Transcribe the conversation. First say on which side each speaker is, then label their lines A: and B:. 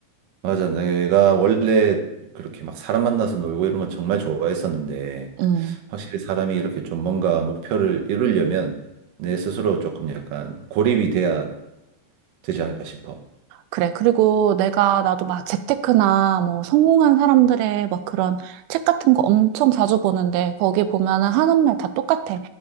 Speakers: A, on the right; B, on the right.
A: 맞아. 내가 원래 그렇게 막 사람 만나서 놀고 이런 건 정말 좋아했었는데,
B: 응.
A: 확실히 사람이 이렇게 좀 뭔가 목표를 이루려면 내 스스로 조금 약간 고립이 돼야 되지 않을까 싶어.
B: 그래. 그리고 내가, 나도 막 재테크나 뭐 성공한 사람들의 막 그런 책 같은 거 엄청 자주 보는데 거기 보면은 하는 말 다 똑같아.